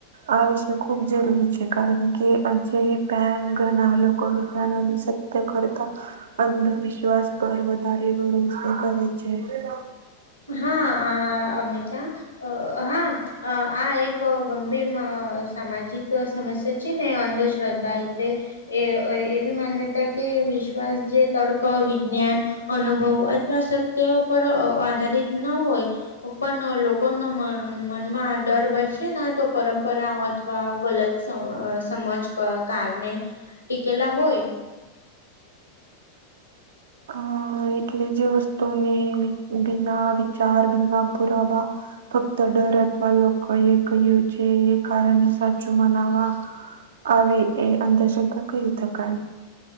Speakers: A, on the right; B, on the left.
A: આ વિશે ખૂબ જરૂરી છે કારણ કે આજ પેન ઘણા લોકો વિજ્ઞનોની કરતા, અંધવિશ્વાસ પર વધારે ભ કરે છે. છે.
B: હા અમતા હા. અ આ એક ગંભીર સામાજિક સમસ્યા છે ને અંધશ્રદ્ધા એટલે એ એવી માન્યતા કે વિશ્વાસ જે વિજ્ઞાન, અનુભવ અથવા સત્ય પર આધારિત ન હોય. પણ લોકોનો મનમાં ડર બરશે ના તો પરંપરા અથવા ગલત સમ સમજ ક કારને, ટીકેલા હોય.
A: અ એટલે જે વસ્તુને બિ બિના વિચાર બિના પુરાવા. ફક્ત ડર અથવા લોકો એ કહ્યું છે એ કારણે સાચું મનાવા. આવે એ અંધશ્રદ્ધા કહી શકાય.